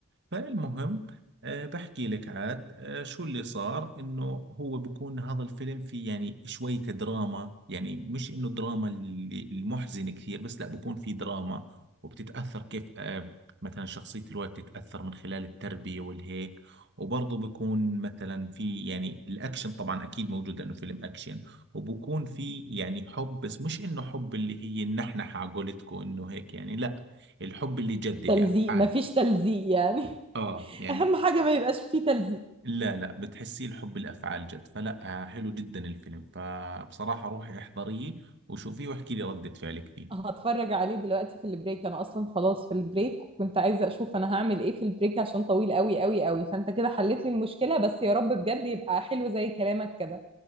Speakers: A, on the right; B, on the right.
A: فالمهم آه، بحكي لك عاد آه، شو اللي صار انه هو بكون هذا الفيلم فيه يعني شوية دراما يعني مش انه دراما اللي- المحزنة كثير بس لا بكون في دراما وبتتأثر كيف آه، مثلا شخصية الولد تتأثر من خلال التربية والهيك وبرضه بكون مثلا في يعني الأكشن طبعا أكيد موجود لأنه فيلم أكشن وبكون في يعني حب بس مش إنه حب اللي هي النحنحة على قولتكم إنه هيك يعني لا الحب اللي جد اللي
B: تلزيق
A: أفعال
B: مفيش تلزيق يعني
A: اه يعني
B: اهم حاجه ما يبقاش فيه تلزيق
A: لا لا بتحسيه الحب الافعال جد فلا آه، حلو جدا الفيلم فبصراحه روحي احضريه وشوفيه واحكي لي رده فعلك فيه
B: هتفرج عليه دلوقتي في البريك انا اصلا خلاص في البريك وكنت عايزه اشوف انا هعمل ايه في البريك عشان طويل قوي قوي قوي فانت كده حلت لي المشكله بس يا رب بجد يبقى حلو زي كلامك كده